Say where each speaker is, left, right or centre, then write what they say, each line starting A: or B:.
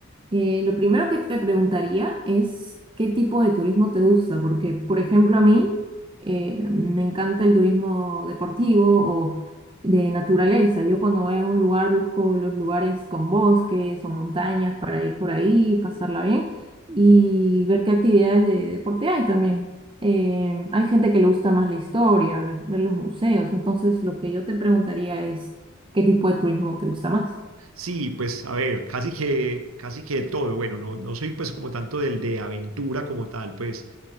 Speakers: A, on the right; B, on the right.
A: Eh, lo primero que te preguntaría es qué tipo de turismo te gusta, porque, por ejemplo, a mí eh, me encanta el turismo deportivo o de naturaleza. Yo cuando voy a un lugar busco los lugares con bosques o montañas para ir por ahí, pasarla bien y ver qué actividades de deporte hay también. Eh, hay gente que le gusta más la historia, ver, ver los museos. Entonces, lo que yo te preguntaría es qué tipo de turismo te gusta más.
B: Sí, pues a ver, casi que, casi que todo. Bueno, no, no soy pues como tanto del de aventura como tal, pues